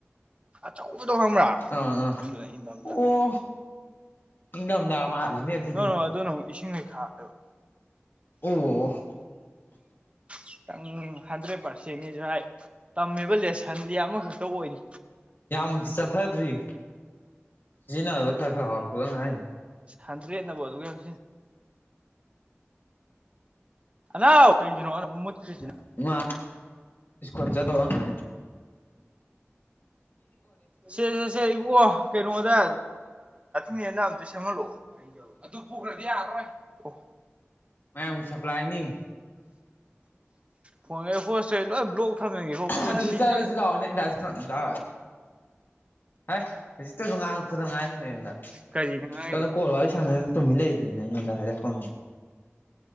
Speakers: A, on the right (about 25°); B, on the left (about 50°).
A: ꯑꯆꯧꯕꯗꯣ ꯈꯪꯕ꯭ꯔꯥ
B: ꯑꯥ ꯑꯥ
A: ꯑꯗꯨꯅ ꯏꯟꯊꯝꯗ
B: ꯑꯣ ꯏꯪꯊꯝꯊꯥ ꯃꯥꯜꯂꯤꯅꯦ ꯑꯗꯨꯗꯤ
A: ꯅ ꯅ ꯑꯗꯨꯅ ꯑꯃꯨꯛ ꯏꯁꯤꯡꯈꯩ ꯈꯥꯣꯏꯕ
B: ꯑꯣ <unintelligible> <unintelligible> <unintelligible>
A: ꯈꯤꯇꯪ ꯍꯟꯗ꯭ꯔꯦꯠ ꯄꯥꯔꯁꯦꯟꯅꯤꯁꯨ ꯍꯥꯏ ꯇꯝꯃꯤꯕ ꯂꯦꯁꯟꯗꯤ ꯑꯃꯈꯛꯇ ꯑꯣꯏꯔꯤ
B: <unintelligible> ꯌꯥꯝ ꯆꯠꯊꯗ꯭ꯔꯤ ꯁꯤꯖꯤꯟꯅꯕ ꯈꯔ ꯈꯔ ꯍꯥꯎꯔꯛꯄꯗꯪ ꯉꯥꯏ
A: ꯍꯟꯇ꯭ꯔꯦꯠꯅꯕ ꯑꯗꯨ ꯌꯥꯝ ꯍꯅꯥꯎ ꯀꯩꯒꯤꯅꯣ ꯃꯨꯠꯈ꯭ꯔꯤꯁꯦ
B: ꯃꯥ ꯃꯥ ꯁꯀꯨꯜ ꯆꯠ ꯑꯣꯏꯔꯝꯒꯅꯤ
A: ꯁꯦ ꯁꯦ ꯁꯦ ꯏꯕꯣ ꯀꯩꯅꯣꯗ ꯅꯦꯅ ꯑꯝꯇ ꯁꯦꯝꯍꯜꯂꯛꯑꯣꯈꯗꯤ ꯌꯥ ꯑꯣ
B: ꯃꯌꯥꯝ ꯁꯄ꯭ꯂꯥꯏꯅꯤ
A: ꯐꯣꯟꯒꯩ ꯍꯣꯁꯈꯩ ꯂꯣꯏ ꯕ꯭ꯂꯣꯛ ꯊꯝꯃꯒꯦꯀꯣ ꯐꯣꯟ
B: ꯑꯗꯨꯁ
A: ꯁꯤ
B: ꯂꯁꯤ ꯗꯔ ꯍ ꯍꯧꯖꯤꯛꯇꯁꯨ ꯉꯥꯡꯉꯛꯄꯗ ꯉꯥꯏꯔꯤꯁꯤꯅꯦ ꯑꯩꯉꯣꯟꯗ
A: ꯀꯔꯤꯅꯣ ꯉꯥꯡꯉꯤꯕ
B: ꯀꯩꯅꯣ ꯀꯣꯜꯂꯣ ꯋꯥꯔꯤ ꯁꯥꯟꯅ ꯇꯨꯝꯃꯤ ꯂꯩꯔꯤꯅꯦ ꯗꯔꯣ